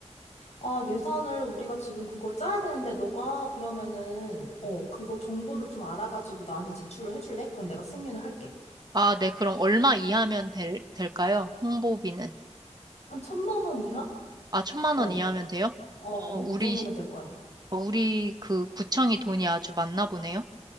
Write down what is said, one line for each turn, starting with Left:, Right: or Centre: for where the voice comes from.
Left: 아, 예산을 우리가 지금 그걸 짜야 되는데, 너가 그러면은, 어, 그거 정보를 좀 알아가지고 나한테 제출을 해줄래? 그럼 내가 승인을 할게.
Right: 아, 네, 그럼 얼마 이하면 될, 될까요? 홍보비는.
Left: 한 천만 원 이하?
Right: 아, 천만
Left: 어,
Right: 원
Left: 어,
Right: 이하면 돼요?
Left: 어,
Right: 어, 우리
Left: 그 정도면 될 거야.
Right: 어, 우리 그 구청이 돈이 아주 많나 보네요.